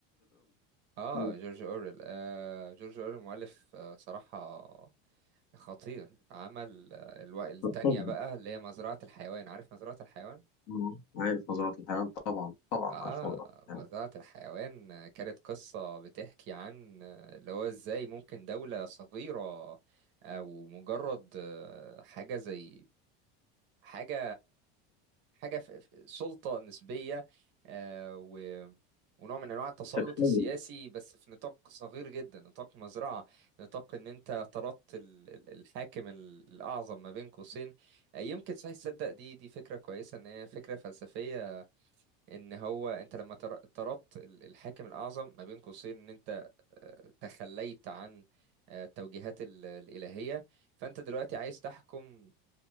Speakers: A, on the right; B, on the left.
A: آه
B: مم.
A: جورج أوريل آه جورج أوريل مؤلف آه، صراحة خطير عمل آه، الو... التانية
B: لا، طبعا
A: بقى اللي هي مزرعة الحيوان عارف مزرعة الحيوان؟
B: آه، عارف نظرات الحيوان طبعا طبعا
A: اه
B: عارف نظرات الحيوان
A: مزرعة الحيوان كانت قصة بتحكي عن اللي هو ازاي ممكن دولة صغيرة او مجرد آه، حاجة زي حاجة حاجة في في سلطة نسبية آه، و ونوع من انواع التسلط
B: تتحول
A: السياسي بس في نطاق صغير جدا نطاق مزرعة نطاق ان انت طردت ال- ال- الحاكم ال- الاعظم ما بين قوسين آه، يمكن صحيح تصدق دي دي فكرة كويسة ان هي فكرة فلسفية ان هو انت لما تر- طردت ال- الحاكم الاعظم ما بين قوسين ان انت آه، تخليت عن آه، التوجيهات ال- الالهيه فانت دلوقتي عايز تحكم